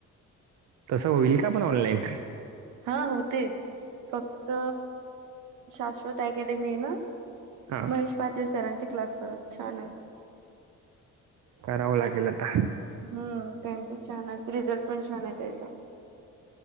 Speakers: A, on the right; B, on the right.
A: तसं होईल का पण ऑनलाईन
B: हा होते फक्त शाश्वत अकॅडमी ना
A: हा
B: महेश पाटील सरांचे क्लास करत छान आहेत
A: करावं लागेल आता
B: हम्म त्यांचे छान आहे रिझल्ट पण छान आहेत असं